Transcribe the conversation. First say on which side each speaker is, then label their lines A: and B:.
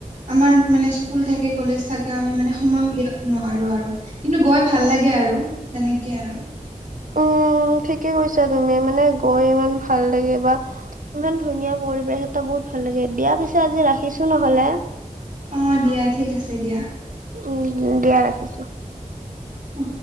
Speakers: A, on the right; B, on the right.
A: আমাৰ মানে স্কুল থাকে কলেজ থাকে। আমি মানে সময় উলিয়াব নোৱাৰো আৰু কিন্তু গৈ ভাল লাগে আৰু তেনেকে আৰু
B: উম ঠিকে কৈছা তুমি মানে গৈ ইমান ভাল লাগে বা, ইমান ধুনীয়া পৰিৱেশ এটা বহুত ভাল লাগে দিয়া পিছে আজি ৰাখিছো নহলে।
A: অ' দিয়া ঠিক আছে দিয়া।
B: উম দিয়া ৰাখিছো।
A: উ